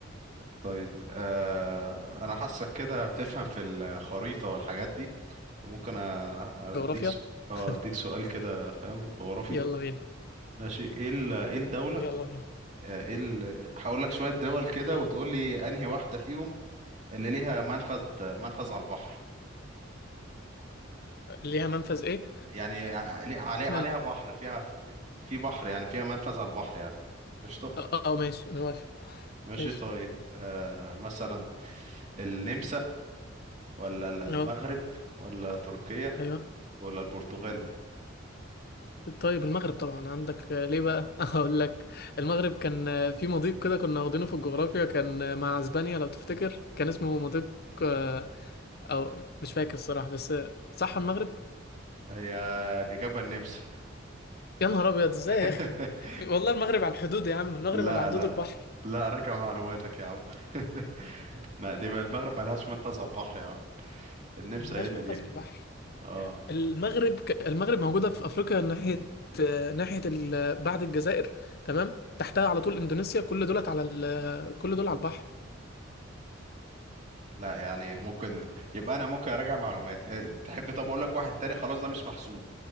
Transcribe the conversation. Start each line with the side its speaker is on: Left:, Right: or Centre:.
Right: طيب آه أنا حاسك كده بتفهم في الخريطة والحاجات دي فممكن أ-
Left: جغرافيا
Right: أديك سؤال اه
Left: <laughs>
Right: أديك سؤال كده فاهم جغرافي
Left: يلا بينا
Right: ماشي إيه ال... إيه الدولة
Left: يلا بينا
Right: آه، إيه ال... هقول لك شوية دول كده
Left: اه
Right: وتقول لي أنهي واحدة فيهم اللي ليها منفذ منفذ على البحر
Left: ليها منفذ ايه
Right: يعني علي... علي... عليها
Left: مل...
Right: بحر فيها في... في بحر يعني فيها منفذ على البحر يعني قشطة
Left: اه آه، ماشي موافق
Right: ماشي
Left: ماشي
Right: طيب آه مثلا النمسا ولا ال- المغرب
Left: اه
Right: ولا تركيا
Left: ايوه
Right: ولا البرتغال
Left: طيب المغرب طبعا عندك آه، ليه بقى <laughs> هقول لك المغرب كان آه، في مضيق كده كنا واخدينه في الجغرافيا كان آه، مع اسبانيا لو تفتكر كان اسمه مضيق آه، او مش فاكر الصراحة بس آه، صح المغرب
Right: هي الإجابة النمسا
Left: يا نهار ابيض ازاي يا
Right: <laughs>
Left: اخي في- والله المغرب على الحدود يا عم المغرب
Right: لا
Left: على حدود
Right: لا
Left: البحر
Right: لا راجع معلوماتك يا عم <laughs> لا دي ما المغرب ملهاش منفذ على البحر يا عم النمسا
Left: ملهاش
Right: هي اللي
Left: منفذ
Right: ليها
Left: على البحر
Right: اه
Left: المغرب ك- المغرب موجودة في افريقيا ناحية آه، ناحية ال- بعد الجزائر تمام تحتها على طول اندونيسيا كل دولت على ال... كل دول على البحر
Right: لا يعني ممكن يبقى انا ممكن اراجع معلوماتي آه، تحب طب اقول لك واحد تاني خلاص ده مش محسوب